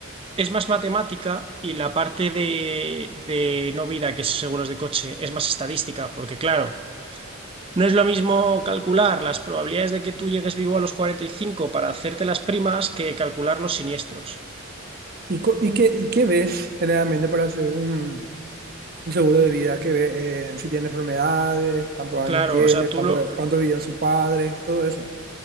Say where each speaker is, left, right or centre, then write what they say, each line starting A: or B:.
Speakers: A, on the right; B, on the right.
A: es más matemática y la parte de, de no vida, que es seguros de coche, es más estadística, porque claro. No es lo mismo calcular las probabilidades de que tú llegues vivo a los 45 para hacerte las primas que calcular los siniestros.
B: ¿Y, co- y qué, y qué ves generalmente para hacer un, un seguro de vida? ¿Qué ve, eh, si tiene enfermedades, cuántos años
A: Claro,
B: tiene,
A: o sea, tú
B: cuánto,
A: lo,
B: cuánto vivió en sus padres, todo eso.